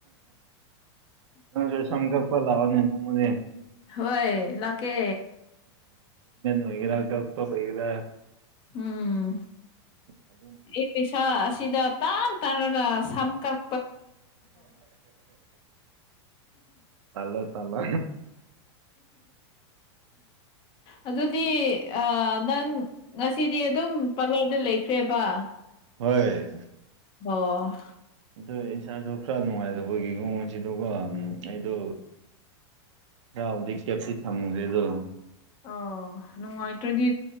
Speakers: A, on the right (about 85°); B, on the left (about 35°).
A: ꯅꯁꯨꯁꯒꯄ ꯂꯑꯣꯅꯦ ꯅꯅꯨꯡ ꯃꯅꯦꯦ
B: ꯍꯣꯏ ꯂꯥꯛꯀꯦ
A: ꯃꯩꯔ ꯆꯛꯇ ꯃꯩꯔ
B: ꯎꯝ
A: ꯑꯗꯨꯝ
B: ꯑꯩ ꯄꯦꯁꯥ ꯁꯤꯗ ꯇꯥꯟ ꯇꯥꯔꯒ ꯁꯝꯀꯛ
A: ꯇꯂꯣ ꯇꯂꯣ
B: ꯑꯗꯨꯗꯤ ꯑ ꯅꯪ ꯉꯁꯤꯗꯤ ꯑꯗꯨꯝ ꯄꯥꯔꯂꯔꯗ ꯂꯩꯈ꯭ꯔꯦꯕ
A: ꯍꯣꯏ
B: ꯑꯣ
A: ꯑꯗꯨ ꯏꯁꯥꯁꯨ ꯈꯔ ꯅꯨꯡꯉꯥꯏꯇꯕꯒꯤꯒꯑꯣꯁꯤ ꯑꯗꯨꯒ ꯑꯩꯗꯣ ꯍꯥꯎꯗꯦ ꯄꯤ ꯊꯃꯨꯗꯦꯗꯣ
B: ꯑꯣ ꯅꯨꯡꯉꯥꯏꯇ꯭ꯔꯗꯤ